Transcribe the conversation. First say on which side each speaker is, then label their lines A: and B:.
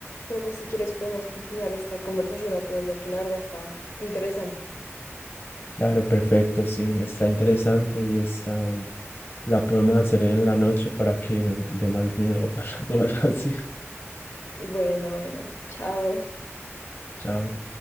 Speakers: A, on the left; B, on the left.
A: pero pues si quieres podemos continuar esta conversación otro día, que la verdad está interesante.
B: Claro, perfecto, sí, está interesante y está La podemos hacer en la noche para que dé más miedo <laughs> o algo así.
A: Bueno, bueno, chao.
B: Chao.